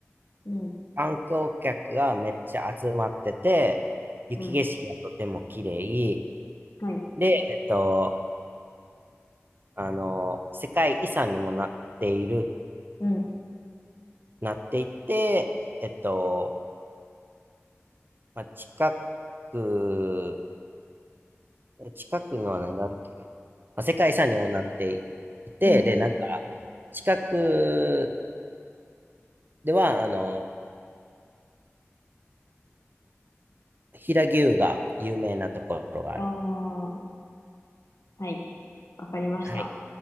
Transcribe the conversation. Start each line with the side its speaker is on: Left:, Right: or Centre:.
Left: うん。
Right: 観光客がめっちゃ集まってて、雪景色がとても綺麗
Left: うん。はい。
Right: で、えっと、あの、世界遺産にもなっている
Left: うん。
Right: なっていって、えっと、まあ、近く、近くには何があるっけ、まあ、世界遺産にもなっていて、
Left: うん。
Right: で、なんか、近くでは、あの、平牛が有名なところがある。
Left: ああ、はい。わかりました。
Right: はい。